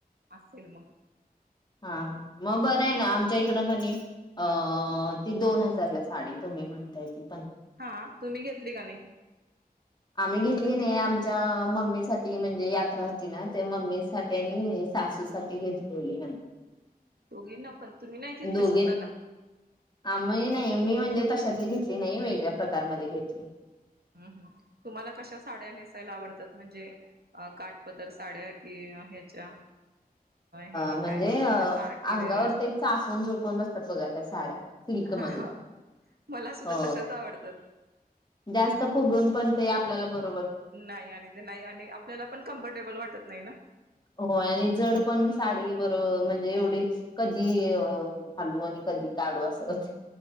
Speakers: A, on the right; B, on the left.
A: असेल मग.
B: हा मग बरंये ना आमच्या इकडं कणी अ
A: हा
B: ती दोन हजारला साडी. तुम् म्हणतायेते.
A: हा तुम्ही घेतली का नाही.
B: आम्ही घेतली नाही आमच्या मम्मी साठी म्हणजे यात्रा होती ना तेव्हा मम्मी साठी आणि सासू साठी घेतली.
A: दोघी ना पण तुम्ही नाही घेतली
B: दोघी
A: स्वतःला
B: आमि नाही मी म्हणजे तशातली घेतली नाही वेगळ्या प्रकारमध्ये घेतली
A: हम् हम तुम्हाला कश्या साड्या नेसायला आवडतात म्हणजे काट पदर साड्या कि ह्याच्या- हे
B: अ म्हणजे
A: काय म्हणतात
B: अ
A: ते पार्टीवेअर
B: अंगावर ते चापून चोपून बसतात बघा त्या साड्या. सिल्क
A: हा
B: मध्ये
A: हा मला सुद्धा
B: अ
A: तशाच आवडतात
B: जास्त फुगून पण आपल्याला ब
A: नाही आणि ते नाही आणि आपल्याला पण कम्फर्टेबल वाटत नाही ना.
B: होय आणि जड पण साडी बर म्हणजे एवढी कधी घालू आणि कधी काढू असं होतया.